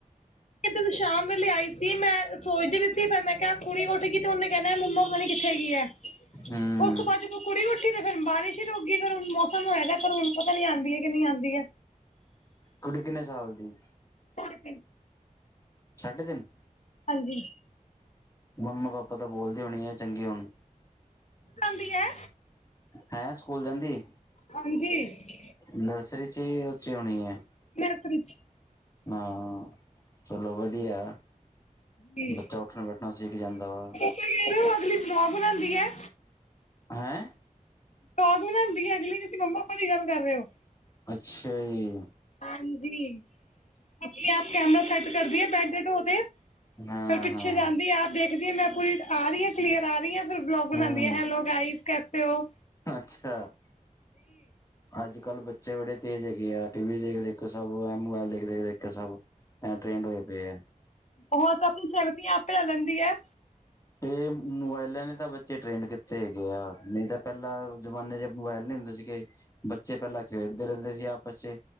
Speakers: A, on the left; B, on the left.
A: ਏਧਰ ਨੂੰ ਸ਼ਾਮ ਵੇਲੇ ਆਈ ਸੀ ਮੈਂ ਸੋਚਦੀ ਬੀ ਸੀ ਫੇਰ ਮੈਂ ਕੇਆ ਕੂੜੀ ਉਠ ਗਈ ਤਾਂ ਉਹਨੇ ਕੇਣਾ ਏ, ਮੰਮਾ ਪਤਾ ਨੀ ਕਿੱਥੇ ਗੀ ਐ?
B: ਹੂੰ
A: ਉਸ ਬਾਦ ਜਦੋਂ ਕੁੜੀ ਉੱਠੀ। ਤੇ ਫਿਰ ਬਾਰਿਸ਼ ਹੀ ਰੁਕਗੀ, ਫਿਰ ਹੁਣ ਮੌਸਮ ਹੋਗਾ, ਪਰ ਹੁਣ ਪਤਾ ਨੀ ਆਂਦੀ ਹੈ ਕਿ ਨਈ ਆਂਦੀ ਐ।
B: ਕੁੜੀ ਕਿੰਨੇ ਸਾਲ ਦੀ?
A: ਸੜ ਪੀ। <unintelligible>
B: ਸਾਢੇ ਤਿੰਨ।
A: ਹਾਂਜੀ।
B: ਮੰਮਾ, ਪਾਪਾ ਤਾਂ ਬੋਲਦੇ ਹੋਣੇ ਐ ਚੰਗੇ ਹੁਨ।
A: ਕਹਿੰਦੀ ਹੈ।
B: ਹੈਂ ਸਕੂਲ ਜਾਂਦੀ,
A: ਹਾਂਜੀ
B: ਨਰਸਰੀ ਚ ਉਚੇ ਹੋਣੀ ਐ?
A: ਮਰਕ ਵਿੱਚ <unintelligible>
B: ਹਾਂ, ਚਲੋ ਵਧੀਆ ਏ।
A: ਜੀ
B: ਬੱਚਾ ਉੱਠਣਾ, ਬੈਠਣਾ ਸਿੱਖ ਜਾਂਦਾ ਵਾ।
A: ਤੁਸੀਂ ਕੇਹ ਰਏ ਔ ਅਗਲੀ ਵਲੋਗ ਬਣਾਂਦੀ ਏ।
B: ਹੈਂ?
A: ਸ਼ੋਕ ਵੀ, ਨਾ ਹੁੰਦੀ ਹੈ ਅਗਲੀ, ਤੁਸੀਂ ਮੰਮਾ ਪਾਪਾ ਦੀ ਗੱਲ ਕਰ ਰਹੇ ਹੋ।
B: ਅੱਛਾ ਜੀ।
A: ਹਾਂਜੀ, ਆਪਣੇ-ਆਪ ਕੈਮਰਾ ਸੈੱਟ ਕਰਦੀ ਆ, ਬੈੱਡ ਦੇ ਢੋਹ ਤੇ।
B: ਹਾਂ
A: ਫਿਰ ਪਿੱਛੇ
B: ਹਾਂ
A: ਜਾਂਦੀ ਆ, ਆਪ ਵੇਖਦੀ ਮੈਂ ਪੂਰੀ ਆ ਰਹੀ ਆ। ਕਲੀਅਰ ਆ ਰੀ ਐ, ਫਿਰ ਬਲੋਗ ਬਨਾਦੀ
B: ਹਮ
A: ਐ। ਹੈਲੋ ਗਾਈਸ ਕੈਸੇ ਹੋ?
B: ਅੱਛਾ। ਅੱਜ ਕੱਲ, ਬੱਚੇ ਬੜੇ ਤੇਜ਼ ਹੈਗੇ ਆ। ਟੀ ਵੀ ਦੇਖ- ਦੇਖ ਸਭ ਮੋਬਾਇਲ ਦੇਖ- ਦੇਖ, ਦੇਖ ਕੇ ਸਭ। ਐ ਤਾਂ ਐਂਡ ਹੋਏ ਪਏ ਆਂ।
A: ਹੋਰ ਤਾਂ ਤੂੰ ਸੜਦੀ ਏ ਆਪੇ ਲੈ ਲੈਂਦੀ ਐ।
B: ਇਹ ਮੋਬਾਇਲਾਂ ਨੇ ਤਾਂ ਬੱਚੇ ਟ੍ਰੇਡ ਕੀਤੇ ਹੈਗੇ ਆ ਨਹੀਂ ਤਾਂ। ਪਹਿਲਾਂ ਜਮਾਨੇ ਚ ਮੋਬਾਇਲ ਨਹੀਂ ਹੁੰਦੇ ਸੀਗੇ। ਬੱਚੇ ਪਹਿਲਾਂ ਖੇਡਦੇ ਰਹਿੰਦੇ ਸੀ ਆਪਸ ਚ ਹੀ।